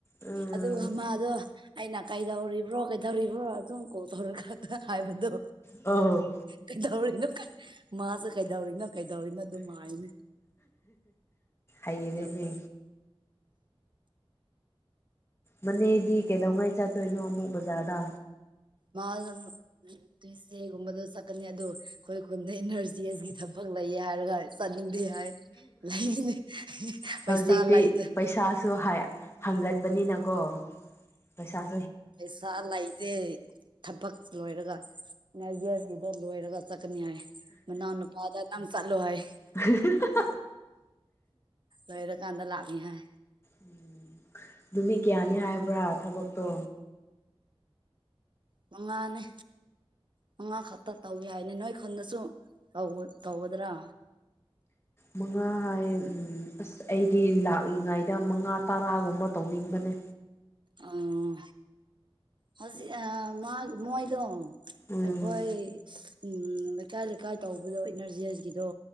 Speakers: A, on the left; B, on the right.
A: ꯎꯝ
B: ꯑꯗꯨꯒ ꯃꯥꯗꯣ ꯑꯩꯅ ꯀꯩꯗꯧꯔꯤꯕ꯭ꯔꯣ ꯀꯩꯗꯧꯔꯤꯕ꯭ꯔꯣ ꯑꯗꯨꯝ ꯀꯣꯜ ꯇꯧꯔꯒ ꯍꯥꯏꯕꯗꯣ
A: ꯑꯣ
B: ꯀꯩꯗꯧꯔꯤꯅꯣ ꯀ ꯃꯥꯖꯨ ꯀꯩꯗꯧꯔꯤꯅꯞ ꯀꯩꯗꯧꯔꯤꯅꯣ ꯑꯗꯨꯝ ꯍꯥꯏꯅꯦ
A: ꯍꯩꯔꯦꯅꯦ
B: ꯌꯥꯝꯅ
A: ꯃꯅꯦꯗꯤ ꯀꯩꯗꯧꯉꯩ ꯆꯠꯇꯣꯏꯅꯣ ꯑꯃꯨꯛ ꯕꯖꯥꯔꯗ
B: ꯃꯥꯜ <inaudible> ꯏꯒꯨꯝꯕꯗ ꯆꯠꯀꯅꯤ ꯑꯗꯣ ꯑꯈꯣꯏ ꯈꯨꯟꯗ ꯏꯅꯔꯖꯤ ꯑꯁꯤꯒꯤ ꯊꯕꯛ ꯂꯩꯌꯦ ꯍꯥꯏꯔꯒ ꯆꯠꯅꯤꯡꯗꯦ ꯂꯥꯏ ꯂꯩꯏꯅꯦ ꯄꯩꯁꯥ
A: ꯍꯧꯖꯤꯛꯇꯤ
B: ꯂꯩꯗ
A: ꯄꯩꯁꯥꯁꯨ ꯍꯥꯏ ꯍꯪꯒꯠꯄꯅꯤꯅꯀꯣ ꯄꯩꯁꯥ
B: ꯄꯩꯁꯥ ꯂꯩꯗꯦ ꯊꯕꯛ ꯂꯣꯏꯔꯒ ꯅꯖꯤꯌꯦꯁꯀꯤꯗꯣ ꯂꯣꯏꯔꯒ ꯆꯠꯀꯅꯤ ꯍꯥꯏ ꯃꯅꯥꯎ ꯅꯨꯄꯥꯇ ꯅꯪ ꯆꯠꯂꯣ ꯍꯥꯏ
A: ꯍ ꯍ ꯍꯥ
B: ꯂꯥꯏꯔ ꯀꯥꯟꯗ ꯂꯥꯛꯅꯤ ꯍꯥꯏ
A: ꯎꯝ ꯅꯨꯃꯤꯠ ꯀꯌꯥꯅꯤ ꯍꯥꯏꯕ꯭ꯔꯥ ꯊꯕꯛꯇꯣ
B: ꯃ ꯃꯥꯅꯦ ꯃꯉꯥ ꯈꯛꯇ ꯇꯧꯒꯦ ꯍꯥꯏꯅꯦ ꯅꯣꯏ ꯈꯨꯟꯗꯁꯨ ꯇꯧꯒꯠ ꯇꯧꯒꯗ꯭ꯔꯥ
A: ꯃꯉꯥ ꯍꯥꯏꯌꯦ ꯎꯝ ꯑꯁ ꯑꯩꯗꯤ ꯂꯥꯛꯂꯤꯉꯥꯏ ꯌꯥꯝ ꯃꯉꯥ ꯇꯔꯥꯒꯨꯝꯕ ꯇꯧꯅꯤꯡꯕꯅꯦ
B: ꯑꯥ ꯍꯣꯖꯤꯛ ꯑ ꯃꯥꯛ ꯃꯣꯏꯗꯣ
A: ꯎꯝ
B: ꯑꯩꯈꯣꯏ ꯎꯝ ꯂꯩꯀꯥꯏ ꯂꯩꯀꯥꯏ ꯇꯧꯕꯗꯣ ꯏꯅꯔꯖꯤꯌꯦꯁꯒꯤꯗꯣ